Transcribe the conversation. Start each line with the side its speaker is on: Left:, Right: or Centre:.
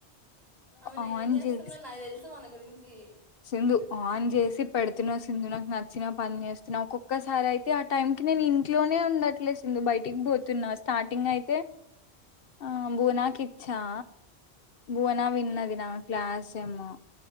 Right: అవునా
Left: ఆన్
Right: ఏం చేస్తున్నా
Left: చేసి
Right: నాకు తెలుసు మన గురించి
Left: సింధు ఆన్ చేసి పెడుతున్నా సింధు నాకు నచ్చినా పని చేస్తున్నావు ఒక్కొక్కసారి అయితే అయితే ఆ టైం కి నేను ఇంట్లోనే ఉండట్లేసిందు బయటికి పోతున్నా స్టార్టింగ్ అయితే ఆ బునాకి ఇచ్చా బునా విన్నది నా క్లాస్ ఏమో